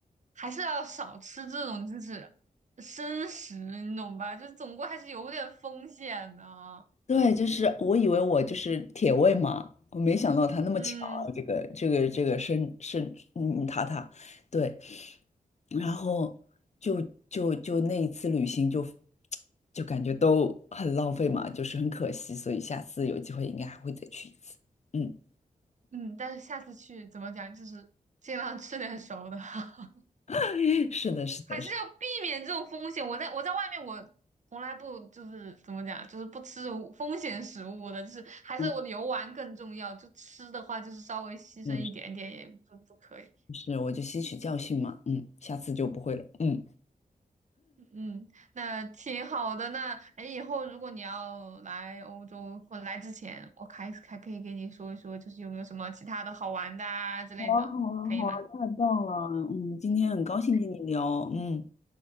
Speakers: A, on the right (about 55°); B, on the left (about 50°).
A: 还是要少吃这种就是生食，你懂吧？就是总归还是有点风险的啊。
B: 对，就是我以为我就是铁胃嘛，我没想到他那么强啊，
A: 嗯
B: 这个这个这个生生嗯嗯塔塔，对，然后就就就那一次旅行就就感觉都很浪费嘛，就是很可惜，所以下次有机会应该还会再去一次。嗯，
A: 嗯，但是下次去怎么讲，就是尽量吃点熟的，<laughs>
B: <laughs> 是的，是的，
A: 还是要避免这种风险。
B: 是的，
A: 我在我在外面，我从来不就是怎么讲，就是不吃风险食物的，就是还是我游玩更重要。
B: 嗯，
A: 就吃的话，就是稍微牺牲一点点也不不可以。
B: 嗯是，我就吸取教训嘛，嗯，下次就不会了，嗯。
A: 嗯，那挺好的。那哎，以后如果你要来欧洲或者来之前，我还还可以给你说一说，就是有没有什么其他的好玩的啊之类的，
B: 好啊，好啊，
A: 可以吗？
B: 好啊，太棒了！嗯，今天很高兴跟你聊，嗯